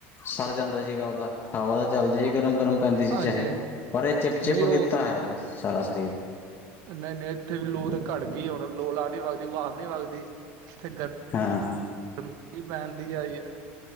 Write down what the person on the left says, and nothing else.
ਸਰ ਜਾਂਦਾ ਸੀਗਾ ਓਦਾ ਹਵਾ ਦਾ ਚੱਲਦੀ ਸੀ
ਗਰਮ-ਗਰਮ ਪੈਂਦੀ ਸੀ
ਚਾਹੇ, ਪਰ ਏ ਚਿਪ-ਚਿਪ
ਕੀਤਾ ਐ ਇਨੇ ਸਾਰਾ ਸਰੀਰ।
ਹਾਂ।